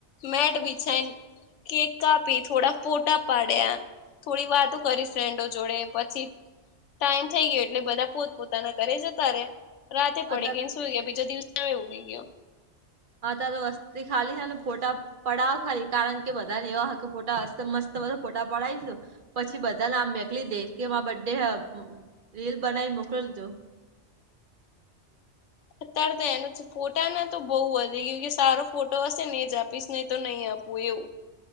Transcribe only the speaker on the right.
અત
હા તો વસ્તી ખાલી હે ને ફોટા પડાવો ખરી કારણ કે બધાને એવા કે ફોટા અસ્ત મસ્ત બધા ફોટા પડાઈશું. પછી બધા નામ મેકલી દે કે માર બરડે હે બે રીલ બનાવી મોકલજો.